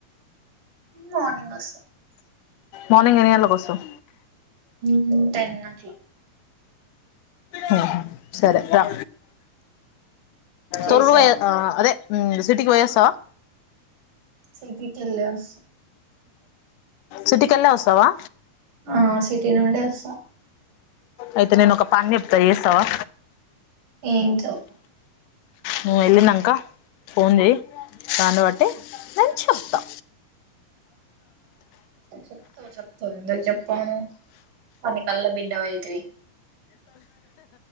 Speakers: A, on the right; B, on the left.
A: మార్నింగ్ వస్తా
B: మర్నింగ్ ఎన్ని గంటలకొస్సవ్
A: ఉమ్ టెన్ అట్ల
B: హు సరే రా
A: చేసావా
B: తీరుపోయే ఆ అదే ఉమ్ సిటీకి పోయ్ వస్తావ
A: సిటీ కెళ్ళే వస్స
B: సిటీకెళ్ళే వస్తావా
A: ఆ సిటీ నుండే వస్తా
B: అయితే నేను ఒక పని జెప్తా ఎస్తావా
A: ఇంచో
B: నువ్వు వెళ్ళినంక ఫోన్ చేయి దాన్ని బట్టి నేన్ చెప్తా
A: చెప్తావ్ చెప్తావ్ ఎందుకు చెప్పావ్ మణికల్ల బిడ్డవైతివి